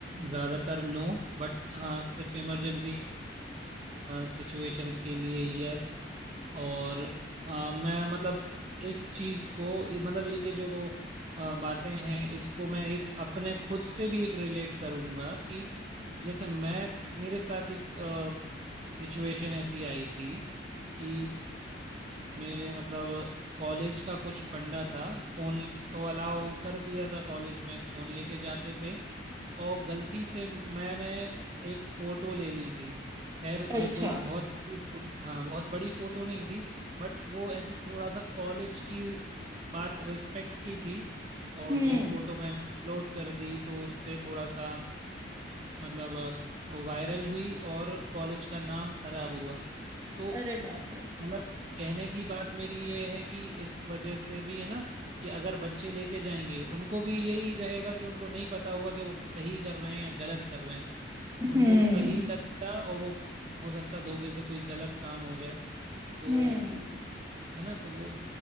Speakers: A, on the right; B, on the right.
A: ज़्यादातर नो बट हाँ सिर्फ इमरजेंसी सिचुएशंस के लिए यस और आ, मैं मतलब इस चीज़ को मतलब ये जो आ, बातें हैं इसको मैं एक अपने खुद से भी एक रिलेट करूँगा कि जैसे मैं मेरे साथ एक सिचुएशन ऐसी आई थी कि मेरे मतलब कॉलेज का कुछ फंडा था फोन तो अलाउ कर दिया था कॉलेज में फोन लेके जाते थे और गलती से मैंने एक फोटो ले ली थी खैर वो
B: अच्छा
A: कोई बहुत बड़ी फो- हाँ बहुत बड़ी फोटो नहीं थी बट वो ऐसी थोड़ा सा कॉलेज की बात रिस्पेक्ट की थी और
B: हम्म
A: वो फोटो मैंने अपलोड कर दी तो उससे थोड़ा सा मतलब वायरल हुई और कॉलेज का नाम खराब हुआ तो
B: अरे बाप रे
A: मतलब कहने की बात मेरी ये है कि इस वजह से भी है ना कि अगर बच्चे लेके जाएंगे उनको भी यही रहेगा कि उनको नहीं पता होगा कि वो सही कर रहे हैं या गलत कर रहे हैं
B: हम्म
A: उनको सही लगता और वो हो सकता धोखे से कोई गलत काम हो जाए तो
B: हम्म
A: है ना तो वो